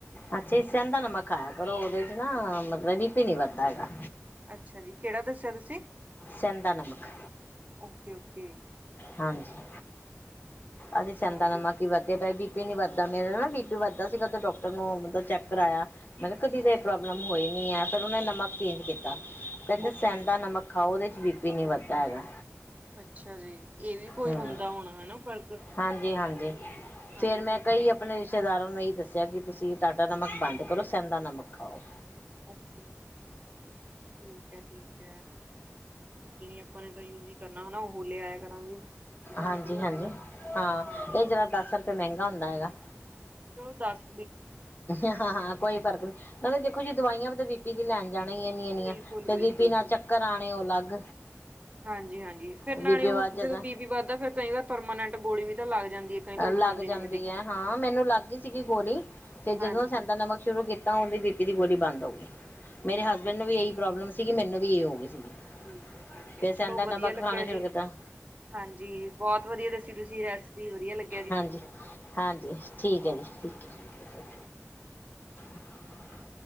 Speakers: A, on the left; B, on the right.
A: ਅੱਛਾ ਈ, ਸਹਿੰਦਾ ਨਮਕ, ਖਾਇਆ ਕਰੋ ਉਹਦੇ ਚ ਨਾ ਮਤਲਬ, ਬੀਪੀ ਨੀ ਵੱਧਦਾ ਹੈਗਾ।
B: ਅੱਛਾ ਜੀ, ਕਿਹੜਾ ਦੱਸਿਆ ਤੁਸੀਂ?
A: ਸੇਂਦਾ--ਨਮਕ।
B: ਓਕੇ-ਓਕੇ
A: ਹਾਂਜੀ, ਅ
B: ਚਲੋ
A: ਸੇਦਾ
B: ਅੱਗੇ
A: ਨਮਕ ਕੀ ਵੱਧਦੇ ਪਏ ਬੀਪੀ, ਨਈ ਵੱਧਦਾ ਮੇਰੇ ਨਾਲ ਢਿਡ ਵੱਧਦਾ ਸੀਗਾ, ਤੇ ਡਾਕਟਰ ਨੂੰ ਮਤਲਬ ਚੈੱਕ ਕਰਾਇਆ, ਮੈ ਕਿਹਾ, ਕਦੀ
B: ਅੱਛਾ
A: ਏ ਪ੍ਰੋਬਲਮ
B: ਜੀ
A: ਹੋਈ ਨਈ ਹੈ ਫਿਰ ਉਹਨੇ ਨਮਕ ਚੇਂਜ ਕੀਤਾ, ਕਹਿੰਦੇ
B: ਓਕੇ
A: ਸੈਂਦਾ ਨਮਕ ਖਾਓ ਉਹਦੇ ਚ, ਬੀ ਪੀ ਵੱਧਦਾ ਹੈਗਾ
B: ਅੱਛਾ ਜੀ ਇਹ ਵੀ ਕੋਈ
A: ਹਮ
B: ਹੁੰਦਾ ਹੋਣਾ, ਹਨਾ ਫ਼ਰਕ ਮਤਲੱਬ
A: ਹਾਂਜੀ-ਹਾਂਜੀ।
B: ਹਾਂਜੀ,
A: ਫੇਰ ਮੈਂ
B: ਠੀਕ
A: ਕਈ
B: ਹੈ
A: ਆਪਣੇ ਰਿਸ਼ਤੇਦਾਰਾਂ ਨੂੰ ਇਹੀ ਦੱਸਿਆ, ਕਿ ਤੁਸੀਂ ਟਾਟਾ ਨਮਕ ਬੰਦ ਕਰੋ। ਸੈਂਦਾ- ਨਮਕ, ਖਾਓ
B: ਓਕ, ਠੀਕ ਹੈ ਠੀਕ ਹੈ। ਆਪਣੇ, ਤਾਂ ਯੂਜ ਹੀ ਕਰਨਾ ਹਨਾ ਲਿਆਇਆ ਕਰਾਂਗੇ ਜਿਹੜਾ
A: ਹਾਂਜੀ-ਹਾਂਜੀ
B: ਵਧੀਆ ਹੁੰਦਾ
A: ਹਾਂ
B: ਹਾਂਜੀ
A: ਇਹ
B: ਹਾਂਜੀ
A: ਜਰਾ ਦਸ ਰੁਪਏ, ਮਹਿੰਗਾ ਹੁੰਦਾ ਹੈਗਾ
B: ਚਲੋ ਦੱਸ
A: ਹਾਂ-ਹਾਂ ਕੋਈ ਫਰਕ ਨੀ ਨਾਲੇ ਦੇਖੋ ਜੀ, ਦਵਾਈਆਂ ਵੀ ਬੀ ਪੀ ਦੀ ਲੈਣ ਜਾਣੈ ਇਨੀ ਇਨੀਆਂ
B: ਬਿਲਕੁਲ
A: ਫਿਰ
B: ਬਿਲਕੁਲ
A: ਬੀ- ਪੀ ਨਾ
B: ਸਹੀ
A: ਚੱਕਰ ਆਉਣੇ ਉਹ ਅਲੱਗ
B: ਹਾਂਜੀ ਹਾਂਜੀ ਫਿਰ ਨਾਲੇ
A: ਬੀ ਪੀ
B: ਉਹ
A: ਵੱਧ ਜਾਦਾ
B: ਜਦੋਂ ਬੀ ਪੀ ਵੱਧ ਜਾਂਦਾ, ਫਿਰ ਕਈ ਵਾਰ ਪਰਮਾਨੈਂਟ, ਗੋਲੀ ਵੀ ਤਾਂ ਲੱਗ ਜਾਂਦੀ। ਕਈ ਲੋਕ ਖਾਂਦੇ
A: ਲੱਗ ਜਾਂਦੀ
B: ਨੇ ਮੈਂ ਦੇਖਿਆ
A: ਹੈ, ਹਾਂ ਮੈਨੂੰ ਲੱਗ ਗਈ ਸੀ ਗੋਲੀ, ਜਦੋਂ
B: ਹਾਂਜੀ
A: ਸੈਂਦਾ
B: ਹਾਂਜੀ
A: ਨਮਕ ਸ਼ੁਰੂ ਕਿਹਦਾ, ਉਹਦੀ ਬੀ ਪੀ ਦੀ ਗੋਲੀ ਬੰਨ ਦੋ ਮੇਰੇ
B: ਬਿਲਕੁਲ
A: ਹਸਬੈਂਡ, ਨੂੰ ਵੀ ਇਹੀ ਪ੍ਰੋਬਲਮ ਸੀਗੀ, ਮੈਨੂੰ ਵੀ ਇਹ ਹੋ ਗਈ ਸੀਗੀ।
B: ਠੀਕਹੈ ਠੀਕਹੈ,
A: ਫਿਰ
B: ਚਲੋ
A: ਸੈਂਦਾ
B: ਵਧੀਆ
A: ਨਮਕ
B: ਲੱਗਿਆ
A: ਖਾਣਾ ਸ਼ੁਰੂ
B: ਜੀ।
A: ਕੀਤਾ
B: ਹਾਂਜੀ, ਬਹੁਤ ਵਧੀਆ ਦੱਸੀ ਤੁਸੀਂ ਰੈਸਪੀ, ਵਧੀਆ ਲੱਗੀ
A: ਹਾਂਜੀ--ਹਾਂਜੀ ਠੀਕਹੈਜੀ,
B: ਓਕੇ
A: ਠੀਕ ਹੈ
B: ਓਕੇ
A: <unintelligible>